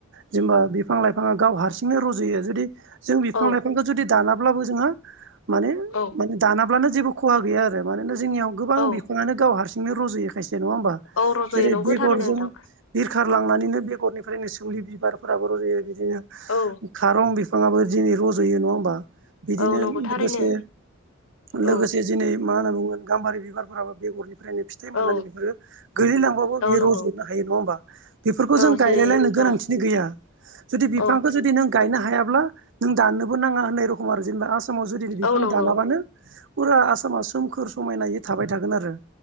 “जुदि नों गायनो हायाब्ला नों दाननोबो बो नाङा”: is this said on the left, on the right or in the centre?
Right